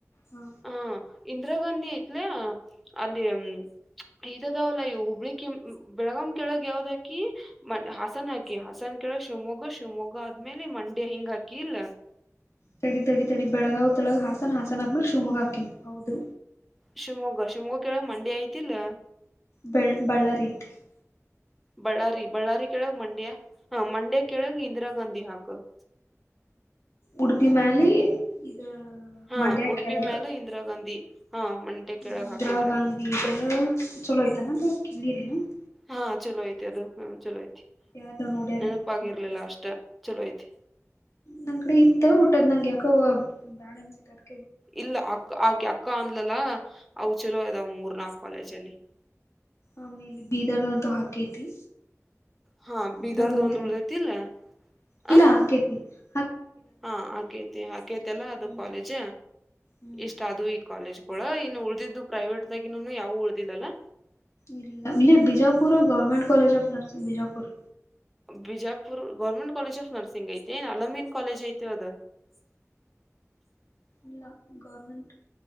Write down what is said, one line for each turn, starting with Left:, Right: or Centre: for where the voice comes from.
Left: ಹಾ
Centre: ಹ <inaudible> ಇಂದಿರಾ ಗಾಂಧಿ ಐತ್ಲ ಅಲ್ಲಿ ಈದಅದವಲ್ಲ ಹುಬ್ಬಳ್ಳಿ ಕಿ ಬೆಳಗ <inaudible> ಕೆಳಗ್ ಯಾವ್ದ ಹಾಕಿ ಹಸನ ಹಾಕಿ ಹ <inaudible> ಸನ್ ಕೇಳ ಶಿವಮೊಗ್ಗ ಶಿವಮೊಗ್ಗ ಆದ್ಮೇಲೆ ಮಂಡ್ಯ ಹಿಂಗ ಹಾಕಿ ಇಲ್ಲ <inaudible>
Left: ತಡಿ ತಡಿ ತಡಿ ಬೆಳಗಾವ್ ತೆಳಗ್ ಹಾಸನ ಹಾಸನ ಅದ ಮೇಲೆ <inaudible> ಶಿವಮೊಗ್ಗಾ ಹಾಕಿನೀ ಹೌದು
Centre: ಶಿವಮೊಗ್ಗ ಶಿವಮೊಗ್ಗ ಕೆೇಳಗ್ ಮಂಡ್ಯ ಐತಿಲ್ಲ <inaudible>
Left: ಬೆಳ್ ಬಳ್ಳ ರೀತಿ <inaudible>
Centre: ಬಳ್ಳಾರಿ ಬಳ್ಳಾರಿ ಕೆಳಗೆ ಮಂಡ್ಯ <inaudible> ಹಾ ಮಂಡ್ಯ ಕೆಳಗ್ ಇಂದಿರಾ ಗಾಂಧಿ ಹಾಕ <inaudible>
Left: ಉಡುಪಿ ಮ್ಯಾಲಿ ಇದು
Centre: ಹಾ
Left: ಮಂಡ್ಯಾ
Centre: ಉಡುಪಿ
Left: ಕೆಳಗ್
Centre: ಮ್ಯಾಲ
Left: <inaudible>
Centre: ಇಂದಿರಾ ಗಾಂಧಿ ಹಾ ಮಂಡ್ಯ ಕೆಳಗ್
Left: ಇಂದಿರಾ
Centre: ಹಾಕಿ
Left: ಗಾಂಧಿ ಚಲೋ ಆಯ್ತಾನ ಅ ಕೇಳರೇನ <inaudible>
Centre: ಹಾ ಚಲೋ ಐತ ಅದು ಹ ಚಲೋ ಆಯು
Left: ಯಾರ
Centre: <inaudible>
Left: ನೋಡ್ಯಾರೇನ್
Centre: ನೆನಪಾಗಿರ್ಲಿಲ್ಲ
Left: ಹೋಗಿದ್ರ.
Centre: ಅಷ್ಟ ಚಲೋ ಅಯ್ತಿ
Left: ನಂಗ ಕಡೆ ಇತ್ತ ಒಟ್ಟದ್ ನಂಗೆ ಯಾಕೋ ಬೇಡಾ ಅನಸೈತಿ ಇಟ್ಟ
Centre: ಇಲ್ಲ ಅಕ್ಕ ಆಕೆ ಅಕ್ಕ ಅಂದ್ಲಲ್ಲ ಅವು ಚಲೋ ಇದದಾವ ಮೂರ್ ನಾಕ್ ಕಾಲೇಜ ಅಲ್ಲಿ <inaudible>
Left: ಆಮೇಲೆ ಬೀದರ್ದಂತೂ ಹಾಕೈತಿ
Centre: ಹಾ
Left: <inaudible>
Centre: ಬೀದರ್ದ ಒಂದ್ ಉಳ್ದೈತಿಲ್ಲ
Left: ಇಲ್ಲ
Centre: ಆ
Left: ಕೇತವಿ <inaudible>
Centre: ಹಾ ಆಕೇತಿ ಆಕೈತಿ ಅಲ್ಲ ಅದು
Left: ಹ್ಮ್
Centre: ಕಾಲೇಜ
Left: ಹ್ಮ್
Centre: ಇಷ್ಟ ಅದು ಈ ಕಾಲೇಜ್ <inaudible> ಳ ಇನ್ನು ಉಳ್ದಿದ್ದು ಪ್ರೈವೇಟ್ಗಿನು ಯಾವು ಉಳ್ದಿಲ್ಲಲ್ಲಾ
Left: ಇಲ್ಲ ಇಲ್ಲಿ Bijapur government college of ನರ್ಸ Bijapur
Centre: Bijapur government college of nursing ಐತೆ ಏನ್ ಅಲಮೀನ್ ಕಾಲೇಜ್ ಐತೆ ಅದು <inaudible> <unintelligible>
Left: ಇಲ್ಲ ಗೌರ್ಮೆಂಟ್ <inaudible>